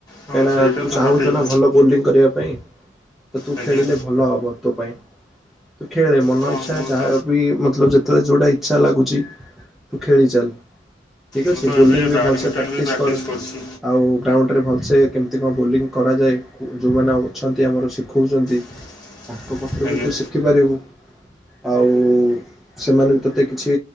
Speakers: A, on the left (about 20°); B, in the centre.
A: ହଁ
B: କାହିଁକିନାତୁ
A: ସେଇଟା ତ
B: ଚାହୁଁଚୁନା
A: ସଠିକ୍
B: ଭଲ ବୋଲିଂ କରିବା ପାଇଁ ତ ତୁ
A: ଆଜ୍ଞା
B: ଖେଳିଲେ ଭଲ ହବ ତୋପାଇଁ। ତୁ ଖେଳେ ମନ
A: ହଁ
B: ଇଚ୍ଛା
A: ମୁଁ
B: ଯାହାବି
A: ତ
B: ମତଲବ୍ ଯେତେବେଳେ ଯୋଉଟା ଇଚ୍ଛା ଲାଗୁଚିତୁ ଖେଳି ଚାଲ୍। ଠିକ୍ ଅଛି
A: ମୁଁ ତ
B: ବୋଲିଂବି
A: ଏବେ ବ୍ୟାଡ଼ମିଣ୍ଟନ୍
B: ଭଲସେ ପ୍ରାକ୍ଟିସ୍
A: ବି
B: କର।
A: କରୁଛି
B: ଆଉ ଗ୍ରାଉଣ୍ଡରେ ଭଲସେ କେମିତି କଣ ବୋଲିଂ କରାଯାଏ ଯୋଉମାନେ ଅଛନ୍ତି ଆମର ଶିଖଉଛନ୍ତି
A: <inaudible>
B: ତାଙ୍କ ପାଖରୁବିତୁ
A: ଆଜ୍ଞା
B: ଶିଖିପାରିବୁ ଆଉ ସେମାନେବି ତତେ କିଛି